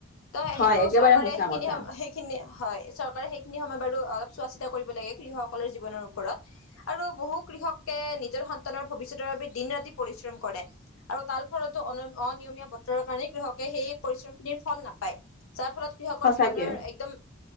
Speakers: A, on the left; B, on the left.
A: ত
B: হয়
A: সেইটো
B: একেবাৰে
A: চৰকাৰে
B: সঁচা
A: সেইখিনি
B: কথা
A: সেইখিনি হয় চৰকাৰে সেইখিনি সময় বাৰু অলপ চোৱা চিতা কৰিব লাগে কৃহকসকলৰ জীৱনৰ ওপৰত আৰু বহু কৃষককে নিজৰ নৰ ভৱিষ্যতৰ বাবে দিন ৰাতি পৰিশ্ৰম কৰে আৰু তাৰ ফলতো অনিয়মীয়া বতৰৰ কাৰণে কৃষকে সেই পৰিশ্ৰম খিনিৰ ফল নাপ পায় যাৰ ফলত কৃষকৰ
B: সঁচাকে
A: জীৱনৰ একদম